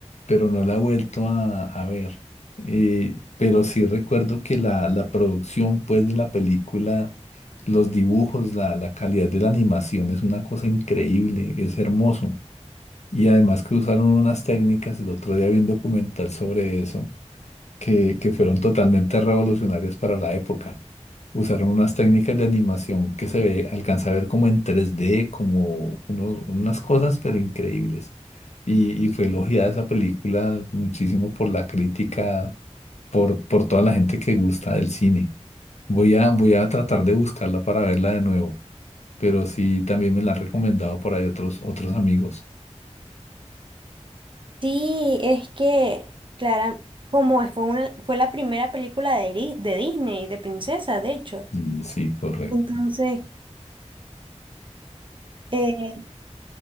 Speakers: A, on the left; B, on the right.
A: pero no la he vuelto a, a ver. Eh, pero sí recuerdo que la, la producción, pues, de la película, los dibujos, la, la calidad de la animación es una cosa increíble, es hermoso. Y además que usaron unas técnicas, el otro día vi un documental sobre eso, que, que fueron totalmente revolucionarias para la época. Usaron unas técnicas de animación que se ve, alcanza a ver como en tres d como unos- unas cosas, pero increíbles. Y, y fue elogiada esa película muchísimo por la crítica, por, por toda la gente que gusta del cine. Voy a, voy a tratar de buscarla para verla de nuevo, pero sí, también me la han recomendado por ahí otros, otros amigos.
B: Sí, es que, Clara, como fue una, fue la primera película de, Ri- de Disney, de princesa, de hecho.
A: Y sí, correcto,
B: Entonces, eh,